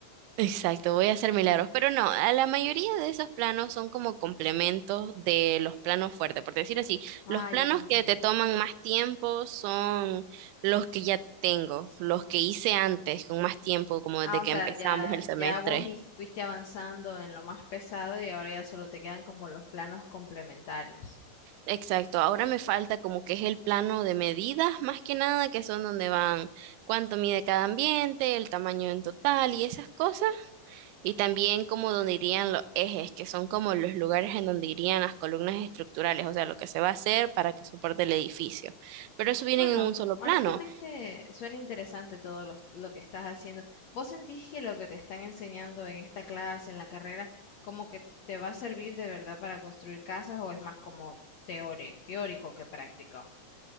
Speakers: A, on the right; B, on the left.
A: Exacto, voy a hacer milagros, pero no, a la mayoría de esos planos son como complementos de los planos fuertes, por decir así,
B: Ah,
A: los planos
B: ya te entendí.
A: que te toman más tiempo son los que ya tengo, los que hice antes con más tiempo, como
B: Ah,
A: desde
B: o
A: que
B: sea,
A: empezamos
B: ya,
A: el semestre.
B: ya vos is- fuiste avanzando en lo más pesado y ahora ya solo te quedan como los planos complementarios.
A: Exacto, ahora me falta como que es el plano de medidas, más que nada, que son donde van cuánto mide cada ambiente, el tamaño en total y esas cosas. Y también como donde irían los ejes, que son como los lugares en donde irían las columnas estructurales, o sea, lo que se va a hacer para que soporte el edificio. Pero eso viene
B: Bueno,
A: en un solo
B: honestamente
A: plano.
B: suena interesante todo lo, lo que estás haciendo. ¿Vos sentís que lo que te están enseñando en esta clase, en la carrera, como que te va a servir de verdad para construir casas o es más como teore- teórico que práctico?